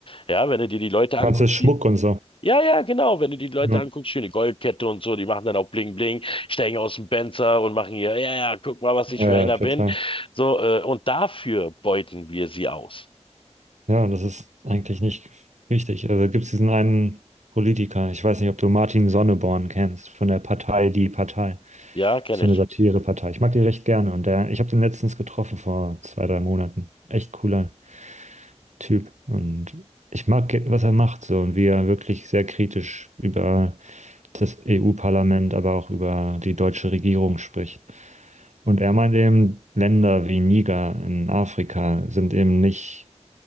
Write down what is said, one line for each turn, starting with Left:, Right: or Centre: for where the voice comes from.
Left: Ja, wenn du dir die Leute anguckst,
Right: Also Schmuck
Left: die
Right: und so.
Left: Ja, ja, genau. Wenn du die Leute
Right: Mhm.
Left: anguckst, schöne Goldkette und so, die machen dann auch Bling Bling, steigen aus dem Benzer und machen hier, ja, ja, guck mal, was
Right: Ja,
Left: ich für einer
Right: ja, total.
Left: bin. So, äh, und dafür beuten wir sie aus.
Right: Ja, das ist eigentlich nicht richtig. Also gibt es diesen einen Politiker, ich weiß nicht, ob du Martin Sonneborn kennst, von der Partei Die Partei.
Left: Ja, kenne
Right: Ist so
Left: ich.
Right: eine Satirepartei. Ich mag die recht gerne und der, ich habe den letztens getroffen vor zwei, drei Monaten. Echt cooler Typ und ich mag, ge- was er macht so und wie er wirklich sehr kritisch über das EU-Parlament, aber auch über die deutsche Regierung spricht. Und er meint eben, Länder wie Niger in Afrika sind eben nicht